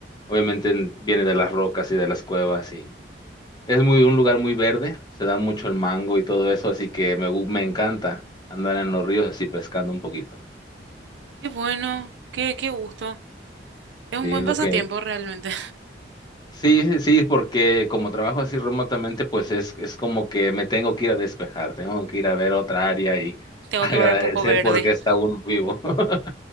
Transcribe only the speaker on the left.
obviamente viene de las rocas y de las cuevas y es muy un lugar muy verde, se da mucho el mango y todo eso, así que me, gu- me encanta andar en los ríos así pescando un poquito.
Sí,
es lo
que
sí, sí, sí, porque como trabajo así remotamente, pues es, es como que me tengo que ir a despejar, tengo que ir a ver otra área y <laughs>
agradecer
porque está uno vivo. <laughs>